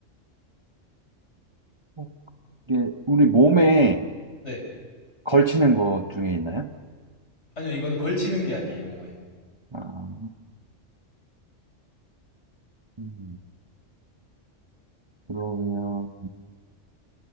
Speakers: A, on the right (about 25°); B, on the left (about 60°).
A: 어, 이게 우리 몸에
B: 네,
A: 걸치는 것 중에 있나요?
B: 아니요, 이거는 걸치는 게 아니에요, 몸에.
A: 아, 음, 그러면